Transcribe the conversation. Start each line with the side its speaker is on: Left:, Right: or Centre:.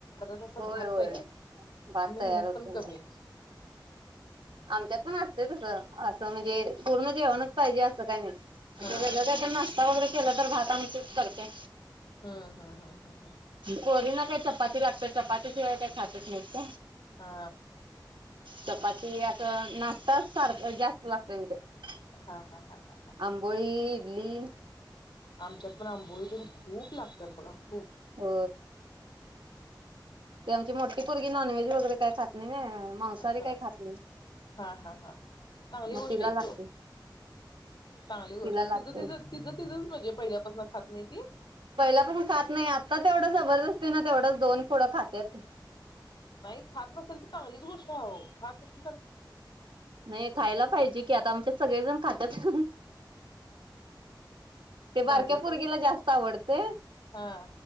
Left: तासात
Right: होय
Left: भात
Right: होय
Left: तयार
Right: भात
Left: मेहनत
Right: तयार होते
Left: पण कमी
Right: आमच्यातून तस असं म्हणजे पूर्ण जेवणच पाहिजे असं का नाही आप
Left: हा
Right: जर काय त्यांना असता वगैरे केलं तर भात आम चूज करते
Left: हम्म हम हम हम हम
Right: कोरीना काही चपाती लागते चपातीशिवाय काही खातच नाहीत
Left: हा
Right: चपाती असं नाश्ताच सारखं जास्त लागतं त्यांच्या
Left: हा हा हा हा
Right: आंबोळी दिली
Left: आमच्यात पण आंबोळीतून खूप लागत तर बघा खूप
Right: हो ते आमची मोठी मुलगी नॉनवे्ज वगे काय खात नाही मांसाहारी
Left: ह
Right: काही खात नाही.
Left: हा हा हा चांगली
Right: मग
Left: गोष्ट
Right: तिला
Left: ऐक
Right: लागते
Left: चांगली गोष्ट
Right: तिला
Left: आहे
Right: लागते.
Left: ति तिचं ति म्हणजे पहिल्यापासून हात नाहीती
Right: पहिला पण खात नाही आता तेवढं जबरदस्ती ना तेवढंच दोन फुडं खातेत
Left: नाही खात नसेल तर चांगलीच गोष्ट आहे हो खात नसे
Right: नाही खायला पाहिजे कि आता आमच्या सगळेजण खात तथ ते बारक्या
Left: माझ्या पण
Right: फुर्गीला जास्त आवडते
Left: हा